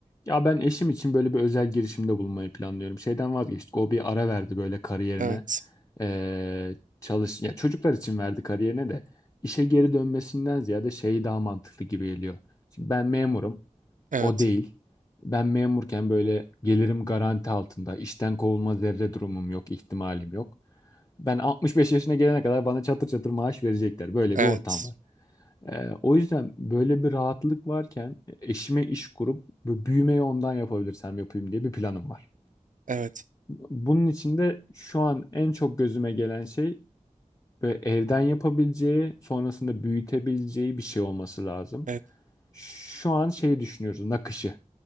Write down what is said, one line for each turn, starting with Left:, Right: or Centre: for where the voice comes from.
Left: Ya ben eşim için böyle bir özel girişimde bulunmayı planlıyorum. Şeyden vazgeçtik. O bir ara verdi böyle kariyerine.
Right: Evet.
Left: Ee, çalış ya çocuklar için verdi kariyerine de işe geri dönmesinden ziyade şey daha mantıklı gibi geliyor. Şimdi ben memurum.
Right: Evet.
Left: O değil. Ben memurken böyle gelirim garanti altında. İşten kovulma zerre durumum yok, ihtimalim yok. Ben 65 yaşına gelene kadar bana çatır çatır maaş verecekler. Böyle
Right: Evet.
Left: bir ortam var. Ee, o yüzden böyle bir rahatlık varken e, eşime iş kurup bu büyümeyi ondan yapabilirsem yapayım diye bir planım var.
Right: Evet.
Left: Bunun içinde şu an en çok gözüme gelen şey böyle evden yapabileceği, sonrasında büyütebileceği bir şey olması lazım.
Right: Evet.
Left: Şu an şeyi düşünüyoruz, nakışı.